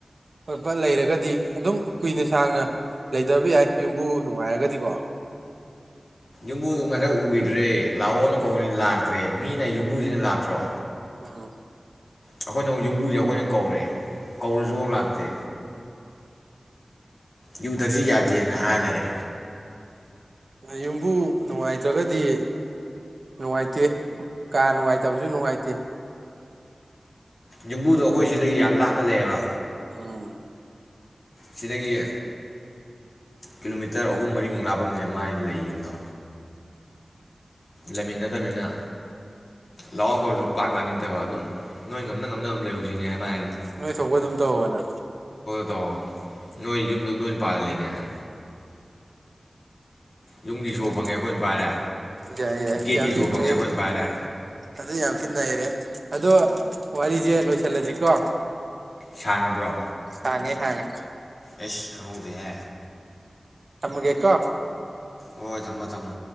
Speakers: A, on the right; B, on the left.
A: ꯈꯣꯠꯄ ꯂꯩꯔꯒꯗꯤ ꯗꯤ ꯑꯗꯨꯝ ꯀꯨꯏꯅ ꯁꯥꯡꯅ ꯂꯩꯗꯕ ꯌꯥꯏ ꯌꯨꯝꯕꯨ ꯅꯨꯡꯉꯥꯏꯔꯒꯗꯤꯀꯣ
B: ꯨꯝꯃꯕꯨ ꯃꯁꯦ ꯎꯒ ꯭ꯔꯦ ꯂꯥꯛꯑꯣꯅ ꯀꯧꯅꯤ ꯂꯥꯛꯇ꯭ꯔꯦ ꯃꯤꯅ ꯌꯨꯝꯕꯨꯁꯤꯅ ꯂꯥꯛꯇ꯭ꯔꯣ
A: ꯎꯝ
B: ꯑꯩꯈꯣꯏꯅ ꯑꯃꯨꯛ ꯌꯨꯝꯕꯨꯁꯦ ꯑꯩꯈꯣꯏꯅ ꯀꯧꯔꯦ ꯀꯧꯔꯁꯨꯐꯥꯎ ꯂꯥꯛꯇꯦ ꯌꯨ ꯊꯛꯁꯤ ꯌꯥꯗꯦꯅ ꯍꯥꯏꯔ ꯂꯩꯔꯦ
A: ꯌꯨꯝꯕꯨ ꯅꯨꯡꯉꯥꯏꯇ꯭ꯔꯒꯗꯤ ꯅꯨꯡꯉꯥꯏꯇꯦ ꯀꯥ ꯅꯨꯡꯉꯥꯏꯇꯕꯁꯨ ꯅꯨꯡꯉꯥꯏꯇꯦ
B: ꯌꯨꯝꯕꯨꯗꯣ ꯑꯩꯈꯣꯏ ꯁꯤꯗꯒꯤ ꯌꯥꯝ ꯂꯥꯞꯅ ꯂꯩꯌꯦꯕ
A: ꯎꯝ
B: ꯁꯤꯗꯒꯤ ꯀꯤꯂꯣꯃꯤꯇꯔ ꯑꯍꯨꯝ ꯃꯔꯤꯃꯨꯛ ꯂꯥꯞꯄꯅꯦ ꯃꯥꯏ ꯂꯩ ꯌꯨꯝꯗꯣ ꯂꯩꯃꯤꯟꯅꯗꯕꯃꯤꯅ ꯂꯍꯥꯎ ꯀꯧꯁꯨ ꯄꯥꯛ ꯂꯥꯅꯤꯡꯗꯕ ꯑꯗꯨꯝ ꯅꯣꯏ ꯉꯝꯅ ꯉꯝꯅꯕꯝ ꯂꯩꯔꯨꯁꯤꯅꯦ ꯍꯥꯏꯕ ꯍꯥꯏꯁꯦ
A: ꯅꯣꯏ ꯊꯣꯛꯄ ꯑꯗꯨꯝ ꯇꯧꯧꯕꯅ
B: ꯇꯧ ꯅꯣꯏ ꯌꯨꯝꯗꯣ ꯅꯣꯏ ꯃꯄꯥꯟꯜꯗ ꯂꯩꯅꯦꯅ ꯌꯨꯝꯒꯤ ꯁꯣ
A: ꯎꯝ
B: ꯐꯪꯉꯦ ꯑꯩꯈꯣꯏꯅ ꯄꯥꯏꯔꯦ
A: ꯌꯥꯏ ꯌꯥꯏ
B: ꯒꯦꯠꯀꯤ
A: ꯌꯥꯝꯊꯤ
B: ꯁꯣ
A: ꯐꯩ
B: ꯐꯪꯉꯦ ꯑꯩꯈꯣꯏꯅ ꯄꯥꯏꯔꯦ
A: ꯑꯗꯨ ꯌꯥꯝꯊꯤ ꯅꯩꯔꯦ ꯑꯗꯣ ꯋꯥꯔꯤꯁꯦ ꯂꯣꯏꯁꯤꯜꯂꯁꯤꯀꯣ
B: ꯁꯥꯡꯉꯕ꯭ꯔꯣ
A: ꯊꯥꯡꯉꯦ ꯍꯥꯡꯉꯦ
B: ꯑꯦꯁ ꯈꯪꯉꯎꯗꯦ ꯍꯦ
A: ꯇꯃꯒꯦꯀꯣ
B: ꯍꯣꯏ ꯊꯝꯃꯣ ꯊꯝꯃꯣ